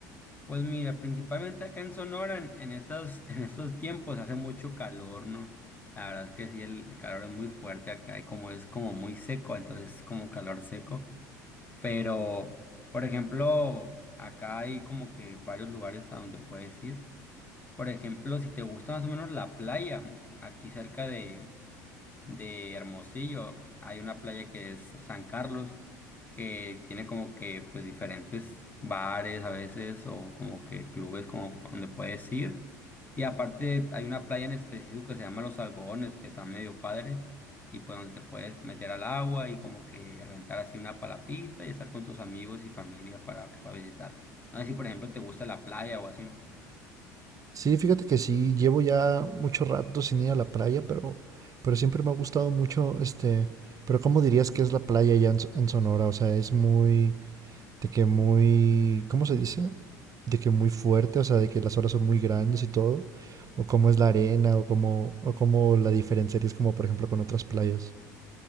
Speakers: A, on the left; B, on the right.
A: Pues mira, principalmente acá en Sonora, en, en estas- <laughs> en estos tiempos hace mucho calor, ¿no? La verdad es que sí, el calor es muy fuerte acá y como es como muy seco, entonces es como calor seco. Pero, por ejemplo, acá hay como que varios lugares a donde puedes ir. Por ejemplo, si te gusta más o menos la playa, aquí cerca de de Hermosillo, hay una playa que es San Carlos, que tiene como que pues diferentes bares a veces o como que clubes como donde puedes ir. Y aparte hay una playa en específico que se llama Los Algodones, que está medio padre, y pues donde te puedes meter al agua y como que rentar así una palapita y estar con tus amigos y familia para, para visitar. No sé si por ejemplo te gusta la playa o así.
B: Sí, fíjate que sí, llevo ya mucho rato sin ir a la playa, pero, pero siempre me ha gustado mucho este... Pero ¿cómo dirías que es la playa allá en, S- en Sonora? O sea, es muy... de que muy, ¿cómo se dice? De que muy fuerte, o sea, de que las olas son muy grandes y todo, o cómo es la arena, o cómo, o cómo la diferenciarías como por ejemplo con otras playas.